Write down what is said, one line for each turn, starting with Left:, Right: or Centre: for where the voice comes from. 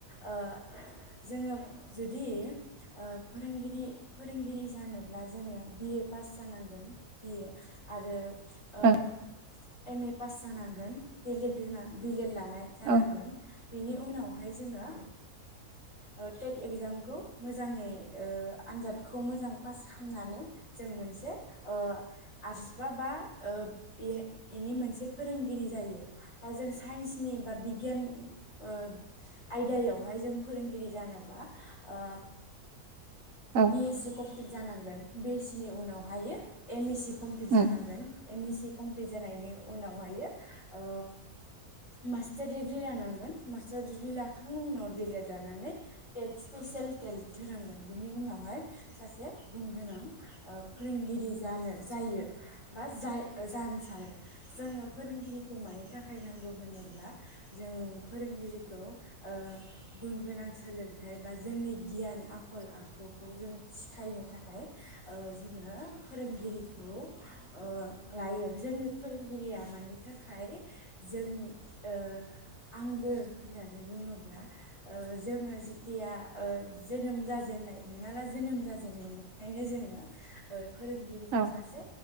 Left: ओ जोङो जुदि फोरोंगिरि फोरोंगिरि जानोब्ला जोङो बि ए पास जानांगोन बिए आरो ओ
Right: औ
Left: एम ए पास जानांगोन दि लेद होना दि लेद ला नाय जानांगोन
Right: औ
Left: बेनि उनावहाय जोङो ओ टेट एगजामखौ मोजाङै ओ आनजादखौ मोजां पास खालामनानै बि जों मोनसे ओ आर्ट्स बा बा ओ इनि मोनसे फोरोंगिरि जायो बा जों साइन्सनि बा बिगियान ओ आयदायावहाय जों फोरोंगिरि जानोबा ओ
Right: औ
Left: बि एस सिखौ कमप्लिट जानांगोन बि एस सि नि उनावहायो एम एस सि कमप्लिट
Right: उम
Left: जानांगोन एम एस सि कमप्लिट जानायनि उनावहायो ओ मास्टार दिडिग्रि लानांगोन मास्टार दिडिग्रि लाखांनायनि उनाव डिलेद लानानै टेट स्पेसियेल टेलट होनांगोन। बेनि उनावहाय सासे गुन गोनां ओ फोरोंगिरि जानो जायो बा जा जानो सानो जोङो फोरोंगिरिखौ मानि थाखाय नांगौ होनोब्ला जों फोरोंगिरिखौ ओ गुन गोनां सोलोंथाइ बा जोंनि गियान आखु आखल आखुखौ जों सिखायनो थाखाय ओ जोङो फोरोंगिरिखौ ओ लायो जोंनि फोरोंगिरिया मानि थाखाय जोंनि ओ आंगो होननानै बुङोब्ला ओ जोङो जिथिया ओ जोनोम जा जेननाय हमना ला जोनोम जाजेननायनिफायनो जोङो फोरोंगिरिखौ
Right: औ
Left: सासे